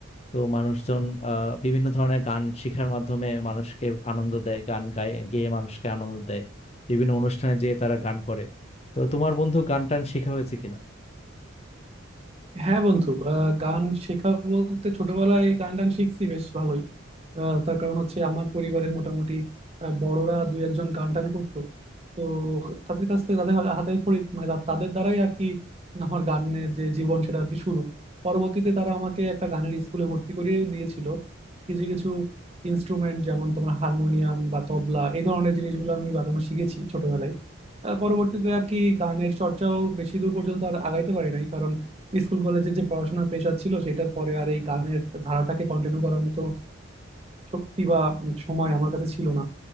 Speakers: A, on the left; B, on the right.
A: তো মানুষজন আহ, বিভিন্ন ধরনের গান শেখার মাধ্যমে মানুষকে আনন্দ দেয় গান গায় গেয়ে মানুষকে আনন্দ দেয় বিভিন্ন অনুষ্ঠানে যেয়ে তারা গান করে তো তোমার বন্ধু গান টান শেখা হয়েছে কিনা
B: হ্যাঁ বন্ধু আহ, গান শেখা বলতে ছোটবেলায় গান টান শিখছি বেশ ভালোই আহ, তার কারণ হচ্ছে আমার পরিবারের মোটামুটি আহ, বড়রা দুই একজন গান টান করতো তো তাদের কাছ থেকে তাদের হা- হাতে খড়ি মানে তা- তাদের দ্বারাই আর কি আমার গানের যে জীবন সেটা আর কি শুরু পরবর্তীতে তারা আমাকে একটা গানের স্কুলে ভর্তি করিয়ে দিয়েছিল কিছু কিছু ইনস্ট্রুমেন্ট যেমন তোমার হারমোনিয়াম বা তবলা এই ধরনের জিনিসগুলো আমি বাজানো শিখেছি ছোটবেলায় আহ, পরবর্তীতে আর কি গানের চর্চাও বেশি দূর পর্যন্ত আর আগাইতে পারি নাই স্কুল কলেজে যে পড়াশোনার পেশা ছিল সেটার পরে আর এই গানের ধারাটাকে কন্টিনিউ করার মতো শক্তি বা সময় আমার কাছে ছিল না